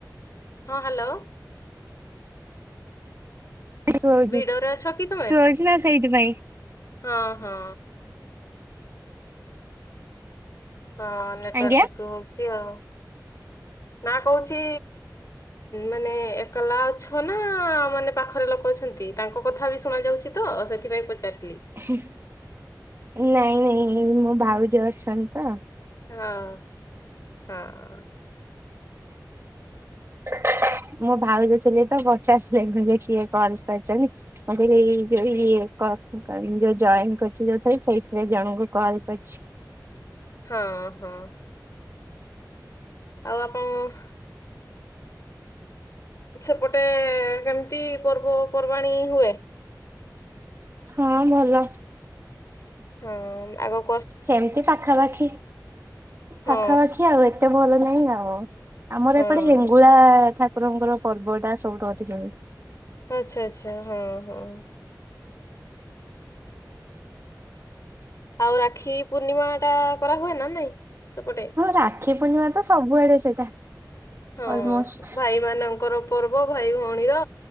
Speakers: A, on the left (about 45°); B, on the right (about 35°).
A: ହଁ ହାଲୋ।
B: ଶଉଚି
A: ଭିଡରେ ଅଛ କି ତୁମେ
B: ଶଉଚି ନା ସେଇଥିପାଇଁ।
A: ହଁ ହଁ। ହଁ ନେଟୱାର୍କ
B: ଆଜ୍ଞା।
A: ଇସୁ ହଉଛି ଆଉ।
B: <inaudible>
A: ନା କହୁଛି ମାନେ ଏକଲା ଅଛ ନା ମାନେ ପାଖରେ ଲୋକ ଛନ୍ତି। ତାଙ୍କ କଥା ବି ଶୁଣା ଯାଉଛି ତ ସେଥିପାଇଁ ପଚାରିଲି।
B: ହେଁ ନାଇଁ ନାଇଁ ମୋ ଭାଉଜ ଅଛନ୍ତି ତ।
A: ହଁ ହଁ।
B: <inaudible> ମୋ ଭାଉଜ ଥିଲେ ତ ପଚାରୁଥିଲେ। କିଏ କଲ କରିଛନ୍ତି। ମତେ ଏଇ ଯୋଉ ଇଏ। କହିମି ମୁଁ ଯୋଉ ଜଏନ କରିଚି ଯୋଉଥିରେ। ସେଇଥିରେ ଜଣଙ୍କୁ କଲ କରିଛି।
A: ହଁ ହଁ। ଆଉ ଆପଣ - ସେପଟେ କେମିତି ପର୍ବପର୍ବାଣୀ ହୁଏ?
B: ହଁ ଭଲ।
A: ହଁ ଆଗ -
B: ସେମିତି ପାଖାପାଖି
A: ହଁ
B: ପାଖାପାଖି ଆଉ ଏତେ ଭଲ ନାହିଁ। ନାଇଁ ଆଉ ଆମର
A: ହଁ
B: ଏପଟେ ହେଙ୍ଗୁଳା ଠାକୁରଙ୍କର ପର୍ବ ଟା ସବୁଠୁ ଅଧିକ ହୁଏ।
A: ଆଚ୍ଛା ଆଚ୍ଛାହଁ ହଁ। ଆଉ ରାକ୍ଷୀ ପୂର୍ଣ୍ଣିମା ଟା କରା ହୁଏ ନା ନାଇଁ ସେପଟେ?
B: ରାକ୍ଷୀ ପୂର୍ଣ୍ଣିମା ହଁ ସବୁଆଡେ ସେଇଟା।
A: ହଁ
B: ଅଲମୋଷ୍ଟ।
A: ଭାଇମାନାନଙ୍କର ପର୍ବ ଭାଇ ଭଉଣୀର